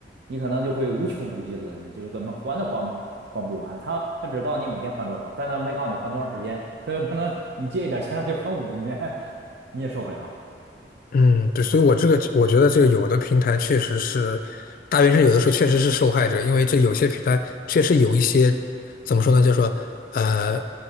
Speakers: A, on the right; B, on the left.
A: 你可能就会无穷无尽了，你就是根本还都还还不完。他他只告诉你每天还多少，但他没告诉你还多长时间。他有可能你借一点钱让你还五年，<laughs> 你也受不了。
B: 嗯，对，所以我这个我觉得这个有的平台确实是大学生，有的时候确实是受害者，因为这有些平台确实有一些怎么说呢，叫做呃，